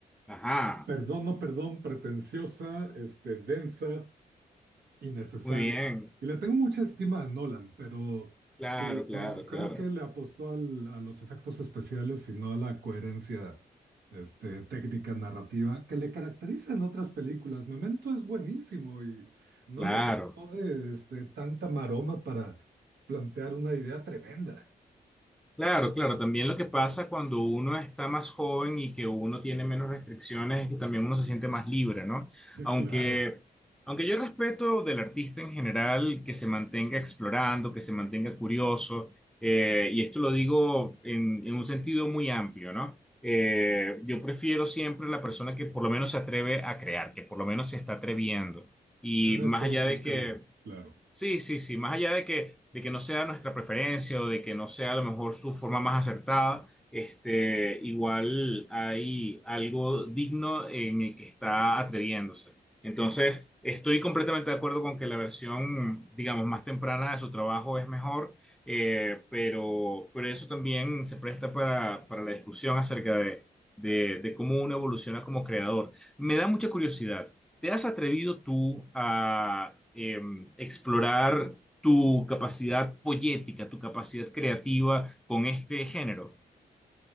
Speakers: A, in the centre; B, on the right (about 85°).
A: ajá,
B: perdón, no perdón, pretenciosa, este, densa. innecesaria.
A: muy bien,
B: Y le tengo mucha estima a Nolan, pero
A: claro,
B: sí,
A: claro,
B: no, creo
A: claro,
B: que le apostó al- a los efectos especiales y no a la coherencia, este, técnica narrativa que le caracteriza en otras películas. Memento es buenísimo y no
A: claro.
B: necesitó de, este, tanta maroma para plantear una idea tremenda.
A: Claro, claro. También lo que pasa cuando uno está más joven y que uno tiene menos restricciones es que también uno se siente más libre, ¿no?
B: <laughs>
A: Aunque,
B: Claro,
A: aunque yo respeto del artista en general que se mantenga explorando, que se mantenga curioso, eh, y esto lo digo en, en un sentido muy amplio, ¿no? Eh, yo prefiero siempre la persona que por lo menos se atreve a crear, que por lo menos se está atreviendo. Y
B: en eso
A: más allá
B: suscribo,
A: de que
B: claro.
A: Sí, sí, sí, más allá de que, de que no sea nuestra preferencia o de que no sea a lo mejor su forma más acertada, este, igual hay algo digno en el que está atreviéndose. Entonces, estoy completamente de acuerdo con que la versión, digamos, más temprana de su trabajo es mejor, eh, pero, pero eso también se presta para, para la discusión acerca de, de de cómo uno evoluciona como creador. Me da mucha curiosidad. ¿Te has atrevido tú a em, explorar tu capacidad poética, tu capacidad creativa con este género?